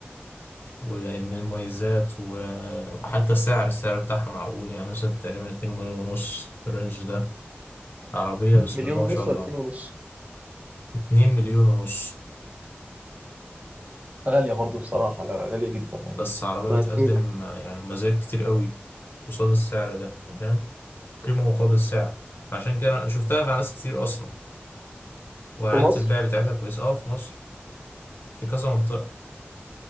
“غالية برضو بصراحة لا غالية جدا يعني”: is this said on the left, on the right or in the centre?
Right